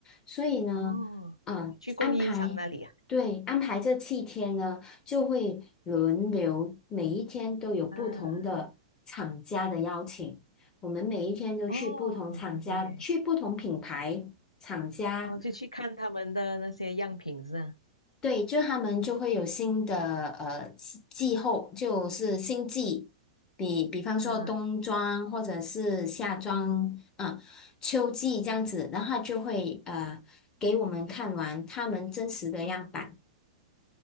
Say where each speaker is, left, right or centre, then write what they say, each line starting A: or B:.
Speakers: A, on the left; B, on the left.
A: 所以呢，
B: 哦，
A: 啊、
B: 你去供应商那里啊？
A: 安排，对，安排这七天呢，就会轮流，每一天都有不同的厂家的邀请，
B: 啊？
A: 我们每一天都去不同厂家，
B: 哦，OK OK，
A: 去不同品牌厂家
B: 哦，就去看他们的那些样品是吧？
A: 对，就他们就会有新的呃气气候，就是新季，比比方说冬装或者是夏装，
B: 啊，嗯，
A: 啊、秋季这样子，然后他就会呃给我们看完他们真实的样板，
B: 哦，